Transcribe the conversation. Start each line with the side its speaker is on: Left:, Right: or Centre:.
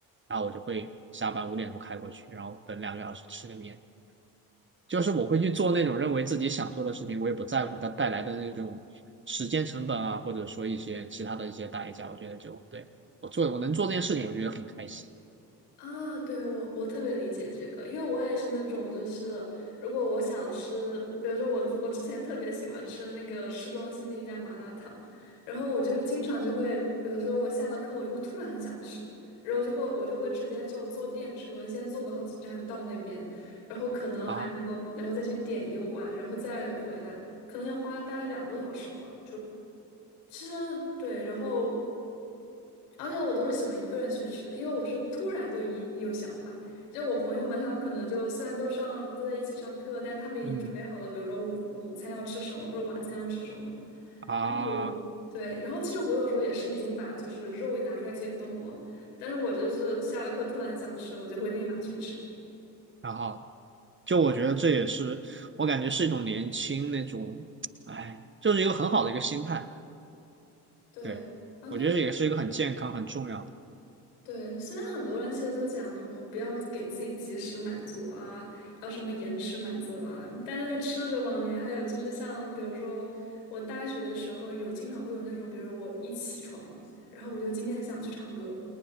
Right: 然后我就会下班五点钟开过去，然后等两个小时吃个面，就是我会去做那种认为自己想做的事情，我也不在乎它带来的那种时间成本啊，或者说一些其他的一些代价。我觉得就对我做我能做这件事情，我觉得很开心
Left: 啊。对，我我特别理解这个，因为我也是那种，就是如果我想吃，比如说我我之前特别喜欢吃那个市中心的一家麻辣烫，然后我就是经常就会，比如说我下了课，我就会突然很想吃，然后就会我就会直接就坐电车，先坐个好几站到那边，然后可能还要然后再去点一碗，
Right: 啊，
Left: 然后再回来，可能要花大概两个多小时吧。其实对，然后而且我都是喜欢一个人去吃，因为我是突然就一有想法。就我朋友们，他们可能就虽然都上都在一起上课，但是他们已经准备好了，
Right: 嗯
Left: 比如说午午餐要吃什么，或者晚餐要吃什么。
Right: 啊，
Left: 然后我对，然后其实我有时候也是已经把就是肉拿出来解冻了，但是我就是下了课突然想吃，我就会立马去吃。
Right: 然后就我觉得这也是我感觉是一种年轻那种，哎，就是一个很好的一个心态。
Left: 对，
Right: 对，
Left: 而且我觉得
Right: 我觉得这也是一个很健康、很重要的。
Left: 对，虽然很多人其实都讲什么不要给自己及时满足啊，要什么延迟满足啊，但是在吃这方面，还有就是像比如说我大学的时候有经常会有那种，比如说我一起床，然后我就今天很想去唱歌，